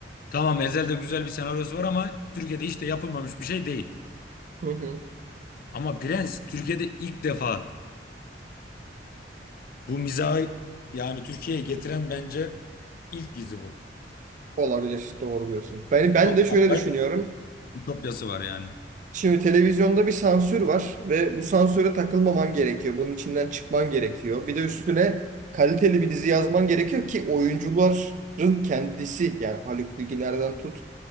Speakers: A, on the left; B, on the right.
A: Tamam Ezel'de güzel bir senaryosu var ama Türkiye'de hiç de yapılmamış bir şey değil.
B: hı hı.
A: Ama Prens Türkiye'de ilk defa bu mizahı yani Türkiye'ye getiren bence ilk dizi bu.
B: Olabilir. Doğru diyorsun. Ben, ben
A: Çok
B: de şöyle
A: acayip
B: düşünüyorum.
A: ütopyası var yani.
B: Şimdi televizyonda bir sansür var ve bu sansüre takılmaman gerekiyor. Bunun içinden çıkman gerekiyor. Bir de üstüne kaliteli bir dizi yazman gerekiyor ki oyuncuların kendisi yani Haluk Bilginer'den tut